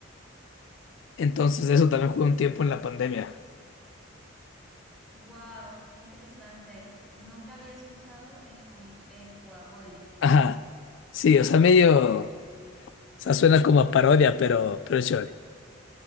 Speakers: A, on the left; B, in the centre.
A: Entonces eso también jugué un tiempo en la pandemia.
B: Wow, qué interesante. Nunca había escuchado equi- ecuaboli.
A: Ajá. Sí, o sea, medio, o sea, suena como a parodia, pero, pero es chévere.